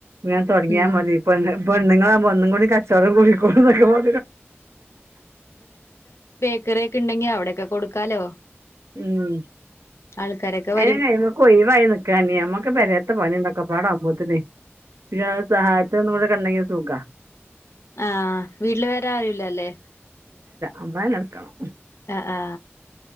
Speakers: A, on the right; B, on the left.
A: ഞാൻ തുടങ്ങിയൽ
B: ഉം
A: മതി ഇപ്പ പെണ്ണങ്ങ ഒന്നും കൂടി കച്ചോടം കുടിക്കും കൊ നാക്കെ പറ
B: ചക്കറിയ ഒക്കെ ഉണ്ടെങ്കി അവിടെ ഒക്കെ കൊടുക്കാലോ
A: ഉം
B: ആൾക്കാരൊക്കെ
A: അര
B: വരും
A: കമക്ക് ഒയവായി നക്കാന നമ്മക്ക് വരത്ത പണി ഉണ്ടൊക്കെ വടമ്പൂത്തിന പിന്നെ സഹായത്ത നമ്മുടെ ക <inaudible> സൂഗ
B: ആഹ വീട്ടില് വേറെ ആരല്ലല്ലേ
A: അമ്മ നടക്കണം
B: ആ ആ